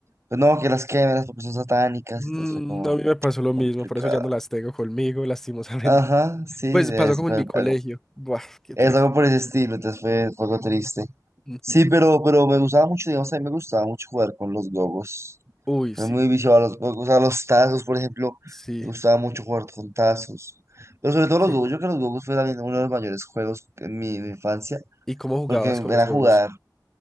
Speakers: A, on the right; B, in the centre.
A: pues no, que las quemas porque son satánicas,
B: Mm,
A: entonces fue como
B: a mí me pasó lo mismo,
A: complicado.
B: por eso ya no las tengo conmigo, <laughs> lastimosamente.
A: Ajá, sí, es,
B: Pues pasó como
A: fue
B: en mi colegio.
A: algo,
B: Buah, qué
A: es
B: triste.
A: algo por ese estilo, entonces fue, fue algo triste.
B: Ujú.
A: Sí, pero, pero me gustaba mucho, digamos, a mí me gustaba mucho jugar con los gogos.
B: Uy,
A: Fue
B: sí,
A: muy viciado a los gogos, a los tazos, por ejemplo.
B: sí,
A: Me gustaba mucho jugar con tazos. Pero sobre todo
B: sí.
A: los gogos, yo creo que los gogos fue también uno de los mayores juegos en mi, mi infancia,
B: ¿Y cómo jugabas
A: porque
B: con
A: era
B: los gogos?
A: jugar,